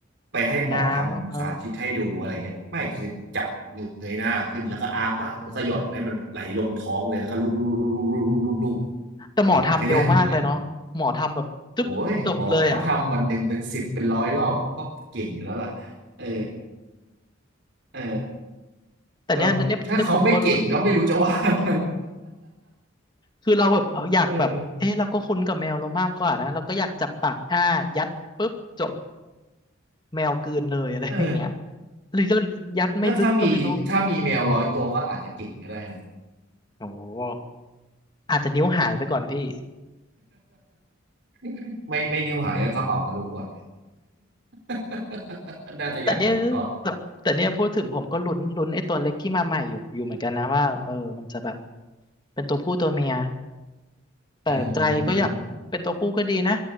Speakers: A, on the right; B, on the left.
A: ไปให้หมอทำสาธิตให้ดูอะไรเงี้ยไม่คือจับเงยหน้าขึ้นแล้วก็อ้าปากแล้วก็หย่อนให้มันไหลลงท้องเลยแล้วก็ลูบลูบลูบลูบลูบลูบ
B: ง้างเอออ่า แต่หมอทำเร็วมากเลยเนาะหมอทำแบบตึ๊บจบเลยอ่ะ
A: เออแต่ก็ยากอยู่ดีแหละโอ้ยหมอเขาทำวันหนึ่งเป็นสิบเป็นร้อยรอบเขาก็เก่งอยู่แล้วล่ะเออเออ
B: แต่เนี้ยเนี่ยเนี่ยผมก็ลุ้น
A: ก็ถ้าเขาไม่เก่งก็ไม่รู้จะว่าไง
B: คือเราแบบเอออยากแบบเอ๊ะเราก็คุ้นกับแมวเรามากกว่านะเราก็อยากจับปากอ้ายัดปุ๊บจบ
A: เออ
B: แมวกลืนเลยอะไรอย่างเงี้ย
A: เออ
B: หรือเรายัดไม่ลึกก็ไม่รู้
A: ก็ถ้ามีถ้ามีแมวร้อยตัวก็อาจจะเก่งก็ได้นะ
B: โอ้โหอาจจะนิ้วหายไปก่อนพี่
A: <laughs> ไม่ไม่นิ้วหายก็กระเป๋าทะลุอ่ะ <laughs> น่าจะอย่างหลังก่อน
B: แต่เนี่ยแต่แต่เนี่ยพูดถึงผมก็ลุ้นลุ้นไอ้ตัวเล็กที่มาใหม่อยู่อยู่เหมือนกันนะว่าเออมันจะแบบเป็นตัวผู้ตัวเมียแต่ใจก็อยากเป็นตัวผู้ก็ดีนะ
A: เออ